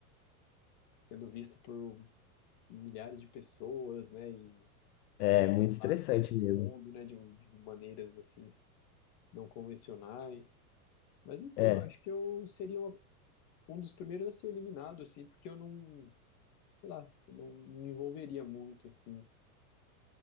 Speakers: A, on the left; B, on the left.
A: sendo visto por milhares de pessoas, né? E
B: é muito estressante
A: lá se expondo,
B: mesmo.
A: né? De, um- de maneiras assim não convencionais. Mas não sei,
B: É.
A: eu acho que eu seria uma- um dos primeiros a ser eliminado, assim, porque eu não, sei lá, eu não me envolveria muito, assim.